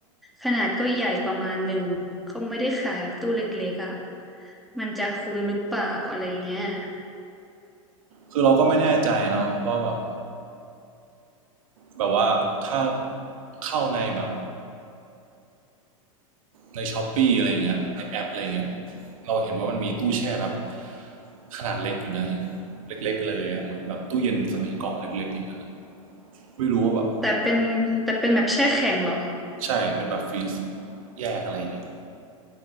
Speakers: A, in the centre; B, on the right (about 75°).
A: ขนาดก็ใหญ่ประมาณหนึ่งเขาไม่ได้ขายแบบตู้เล็กๆอะ มันจะคุ้มหรือเปล่าอะไรเงี้ย
B: คือเราก็ไม่แน่ใจเนาะว่าแบบแบบว่าถ้าเข้าในแบบ ในช้อปปี้อะไรอย่างเงี้ยในแอปอะไรอย่างเงี้ยเราเห็นว่ามันมีตู้แช่แบบขนาดเล็กอยู่นะเองเล็กๆเลยอะเหมือนแบบตู้เย็นสมัยก่อนเล็กๆอย่างนั้นไม่รู้ว่าแบบ
A: แต่เป็นแต่เป็นแบบแช่แข็งเหรอ
B: ใช่เป็นแบบฟรีซแยกอะไรอย่างเงี้ย